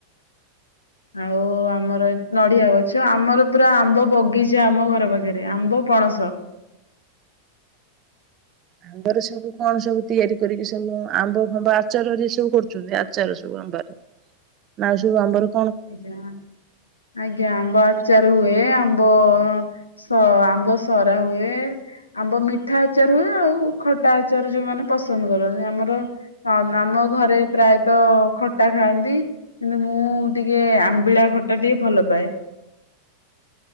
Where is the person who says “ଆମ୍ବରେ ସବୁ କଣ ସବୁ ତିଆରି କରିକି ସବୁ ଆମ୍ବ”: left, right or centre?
Right